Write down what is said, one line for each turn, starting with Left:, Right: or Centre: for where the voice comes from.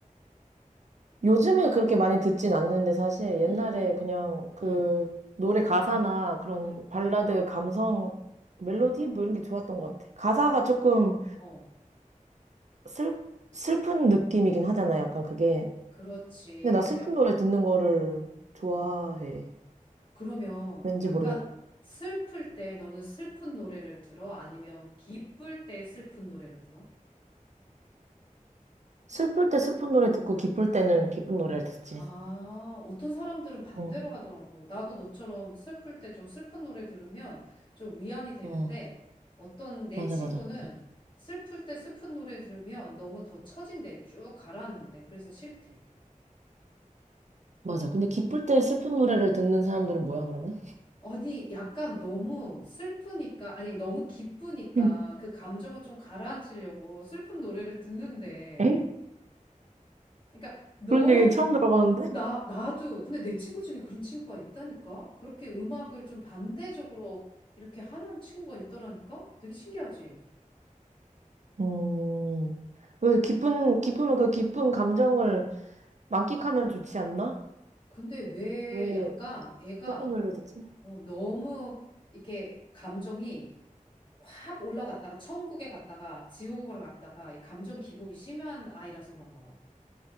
Right: 요즘에 그렇게 많이 듣진 않는데 사실 옛날에
Left: 응응
Right: 그냥 그
Left: 응,
Right: 노래 가사나 그런
Left: 응,
Right: 발라드 감성, 멜로디
Left: 응.
Right: 뭐 이런 게 좋았던 것 같아. 가사가 조금
Left: 어,
Right: 슬, 슬픈 느낌이긴 하잖아, 약간 그게.
Left: 그렇지.
Right: 근데 나 슬픈
Left: 약간,
Right: 노래 듣는 거를 좋아해.
Left: 어. 그러면
Right: 왠지
Left: 약간
Right: 모르겠네.
Left: 슬플 때 너는 슬픈 노래를 들어? 아니면 기쁠 때 슬픈 노래를 들어?
Right: 슬플 때 슬픈 노래 듣고 기쁠 때는 기쁜 노래를 듣지.
Left: 아, 어떤 사람들은 반대로
Right: 응.
Left: 하더라고. 나도 너처럼 슬플 때 좀 슬픈 노래 들으면 좀 위안이 되는데
Right: 응.
Left: 어떤 내
Right: 맞아,
Left: 친구는
Right: 맞아.
Left: 슬플 때 슬픈 노래 들으면 너무 더 처진대. 쭉 가라앉는데. 그래서 싫대.
Right: 맞아. 근데 기쁠 때 슬픈 노래를 듣는 사람들은 뭐야, 그러면?
Left: 아니, 약간 너무 슬프니까, 아니, 너무 기쁘니까
Right: 응.
Left: 그 감정을 좀 가라앉히려고 슬픈 노래를 듣는데.
Right: 에?
Left: 그러니까, 너,
Right: 그런 얘기 처음 들어봤는데?
Left: 나, 나도, 근데 내 친구 중에 그런 친구가 있다니까? 그렇게 음악을 좀 반대적으로 이렇게 하는 친구가 있더라니까? 되게 신기하지?
Right: 음, 왜 기쁜, 기쁘면 그 기쁜 감정을 만끽하면 좋지 않나?
Left: 근데 왜
Right: 왜
Left: 약간 애가
Right: 슬픈 노래를 듣지?
Left: 어, 너무 이렇게 감정이 확 올라갔다가 천국에 갔다가 지옥으로 갔다가 이 감정 기복이 심한 아이라서 그런가 봐.